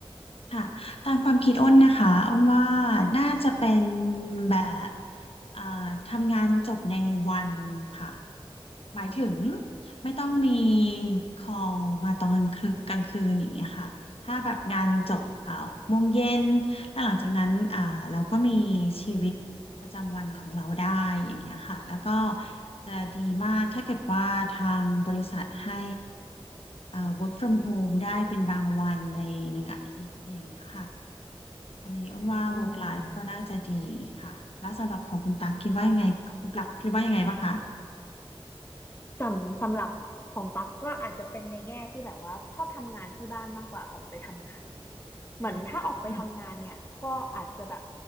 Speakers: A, on the left; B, on the left.
A: ค่ะตามความคิดอ้นนะคะอ้นว่าน่าจะเป็นแบบเอ่อทำงานจบในวันค่ะหมายถึงไม่ต้องมี call มาตอนกลางคืนกลางคืนอย่างเงี้ยค่ะถ้าแบบงานจบเอ่อโมงเย็นแล้วหลังจากนั้นอ่าเราก็มีชีวิตประจำวันของเราได้อย่างเงี้ยค่ะแล้วก็จะดีมากถ้าเกิดว่าทางบริษัทให้เอ่อ work from home ได้เป็น ในหนึ่งอาทิตย์อย่างเงี้ยค่ะ อันนี้อ้นว่า
B: อืม
A: work life ก็น่าจะดีค่ะ แล้วสำหรับของคุณตั๊กคิดว่ายังไง คุณตั๊กคิดว่ายังไงบ้างคะ
B: สำสำหรับของตั๊กก็อาจจะเป็นในแง่ที่แบบว่าชอบทำงานที่บ้านมากกว่าออกไปทำงานเหมือนถ้าออกไปทำงานเนี่ยก็อาจจะแบบ
A: อืมค่ะ